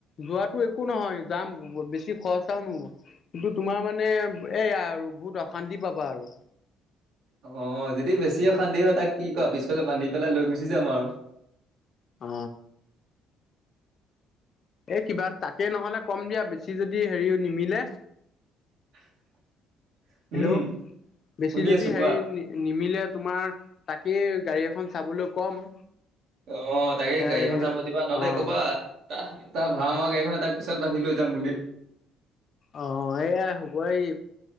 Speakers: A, on the left; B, on the right.
A: যোৱাতো একো নহয় যাম। বেছি খৰচাও নহব। কিন্তু তোমাৰ মানে এয়া আৰু বহুত অশান্তি পাবা আৰু।
B: অ' যদি বেছি অশান্তি হয় তাক কি কোৱা পিছফালে বান্ধি পেলাই লৈ গুচি যাম আৰু।
A: অ। এ কিবা তাকে নহলে কম দিয়া বেছি যদি হেৰি নিমিলে।
B: <inaudible>
A: হেল্ল',
B: উম
A: বেছি
B: শুনি
A: যদি
B: আছো কোৱা
A: হেৰি নিমিলে তোমাৰ তাক কে গাড়ী এখন চাবলৈ কম।
B: অ, তাকে
A: এ
B: গাড়ীখন চাব দিবা নহ'লে
A: অ'
B: ক'বা <unintelligible> তাৰ ভাড়া মৰা গাড়ীখনে তাক পিছত বান্ধি লৈ যাম বুলি।
A: অ এয়া হুবই